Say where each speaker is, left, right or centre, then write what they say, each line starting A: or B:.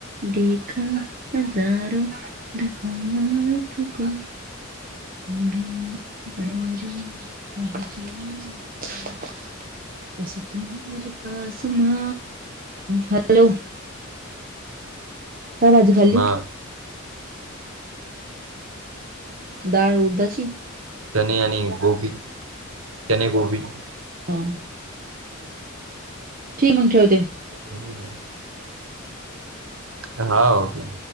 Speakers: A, on the right; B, on the right.
A: देखा हजारो दफा आपको <unintelligible> <unintelligible> बस तुही मेरे पासमा हॅलो काय भाजी खाल्ली?
B: ना
A: डाळ उडदाची
B: चने आणि गोभी चने गोभी
A: ह ठी मंग ठेवते
B: हम्म हाव ती